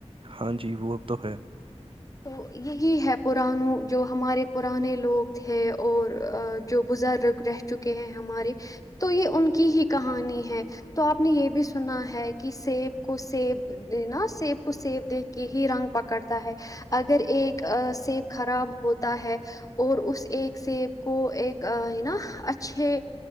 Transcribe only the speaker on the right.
ہاں جی وہ اب تو ہے